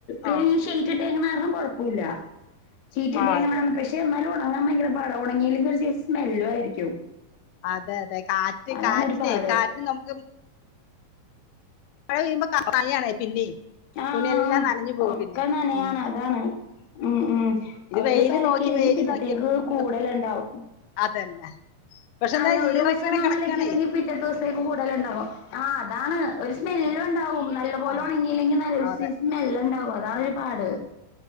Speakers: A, on the left; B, on the left.
A: ഈ
B: ആ
A: റ്റ് കാരണം കുഴപ്പമില്ല ഷീറ്റ്
B: ആ
A: കാരണം
B: അതെ
A: പക്ഷെ എന്നാലും ഉണങ്ങാൻ ഭയങ്കര പട ഉണങ്ങിയിെങ്കിൽ ഒരു സ്മെല്ലു ആയിരിക്കും
B: അതെ അതെ കാറ്റ്
A: അതാണൊരു
B: കാറ്റിനെ
A: പാട്
B: കാറ്റന് നമുക്ക് മഴ പെയ്യുമ്പോ കാണേ പിന്നെ
A: ആഹ്
B: തുണിയെല്ലാം നനഞ്ഞു പോകും
A: ഒക്കെ
B: പിന്നെ
A: നാനയാണ്
B: ഉം
A: അതാണ് ഉം ഉം
B: ഇത്
A: ഒരു
B: വെയില്
A: സ്ഥലക്കല്ലെങ്കിൽ
B: നോക്കി വെയില്
A: പിറ്റത്തേക്ക്
B: നോക്കി വീണ്ടും
A: കൂടല ഉണ്ടാവും
B: അതന്നെ പക്ഷെ എന്താ
A: അല്ല ഒരു
B: ഈറങ്ങനെ
A: ദിവസം നമ്മലക്കെങ്കിൽ
B: കിടക്കാണേ
A: പിറ്റ ദിവസത്തേക്ക് കൂടുതല ഉണ്ടാവും ആ അതാണ് ഒരു സ്മെല്ല ഉണ്ടാവും നല്ല പോലെ
B: ആ
A: ഉണങ്ങിയില്ലെങ്കിൽ നല്ലൊരു
B: അതെ
A: സീസൺ മെല്ല ഉണ്ടാാവും അതാണ്
B: ആ
A: ഒരുപാട്